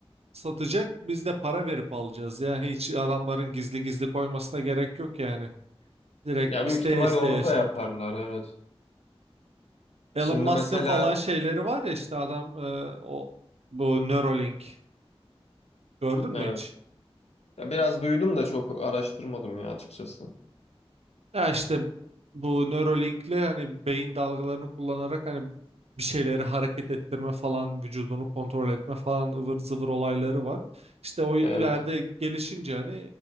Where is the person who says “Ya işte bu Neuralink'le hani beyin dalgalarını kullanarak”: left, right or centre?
Right